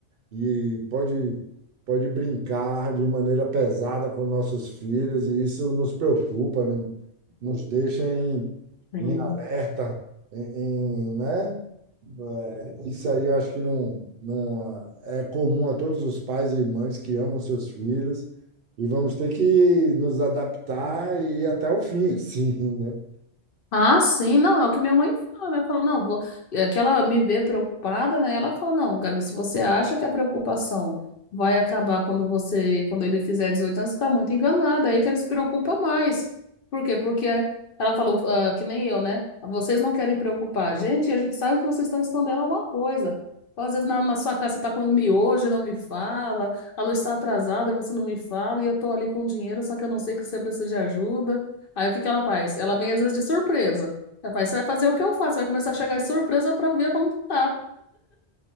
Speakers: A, on the right; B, on the left.
A: e pode, pode brincar de maneira pesada com nossos filhos, e isso nos preocupa, não- nos deixa em,
B: Sim.
A: em alerta, em, em, né? É, Isso aí eu acho que não, não é comum a todos os pais e mães que amam seus filhos, e vamos ter que nos adaptar e ir até o fim, <laughs> assim, né?
B: Ah, sim, não, é o que minha mãe fala, né? Fala, não, vou. É que ela me vê preocupada, né? Ela fala, não, Gabi, se você acha que a preocupação vai acabar quando você, quando ele fizer 18 anos, você tá muito enganada. é Aí que ele se preocupa mais. Por quê? Porque ela falou, ah, que nem eu, né? Vocês não querem preocupar. a Gente, e a gente sabe que vocês estão escondendo alguma coisa. Então, às vezes na, na sua casa você tá comendo miojo e não me fala, a luz está atrasada e você não me fala, e eu tô ali com dinheiro, só que eu não sei que você precisa de ajuda. Aí o que que ela faz? Ela vem às vezes de surpresa. Ela faz, você vai fazer o que eu faço, você vai começar a chegar de surpresa pra ver como que tá.